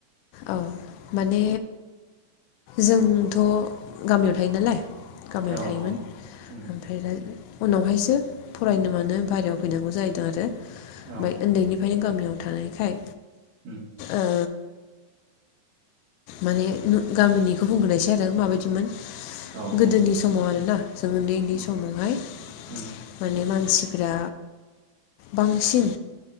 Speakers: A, on the left; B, on the right.
A: औ माने जोंथ' गामियाव थायो नालाय गामियाव
B: औ
A: थायोमोन
B: औ उम
A: ओमफ्राय दा उनावहायसो फरायनो मानो बाहहेरायाव फैनांगौ जाहैदों आरो। ओमफ्राय
B: औ
A: उन्दैनिफ्राय गामियाव थानायखाय
B: उम
A: ओ माने गामिनिखौ बुंग्रोनायसै आरो माबायदिमोन
B: औ
A: गोदोनि
B: औ
A: समाव आरोना जों उन्दै उन्दै
B: उम
A: समावहाय
B: उम
A: माने मा मानसिफ्रा बांसिन